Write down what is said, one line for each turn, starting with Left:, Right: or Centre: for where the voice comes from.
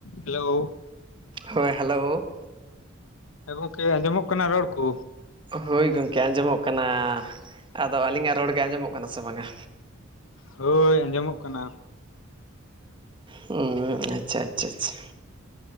Left: Hello.
Right: ᱦᱳᱭ hello.
Left: ᱦᱮᱸ ᱜᱚᱝᱠᱮ ᱟᱸᱡᱚᱢᱚᱜ ᱠᱟᱱᱟ ᱨᱚᱲ ᱠᱚ?
Right: ᱦᱳᱭ ᱜᱚᱢᱠᱮ ᱟᱸᱡᱚᱢᱚᱜ ᱠᱟᱱᱟ, ᱟᱫᱚ ᱟᱹᱞᱤᱧᱟᱜ ᱨᱚᱲ ᱜᱮ ᱟᱸᱡᱚᱢᱚᱜ ᱠᱟᱱᱟ ᱥᱮ ᱵᱟᱝᱟ?
Left: ᱦᱳᱭ ᱟᱸᱡᱚᱢᱚᱜ ᱠᱟᱱᱟ᱾
Right: ᱦᱩᱸ ᱟᱪᱪᱷᱟ ᱟᱪᱪᱷᱟ ᱟᱪᱪᱷᱟ᱾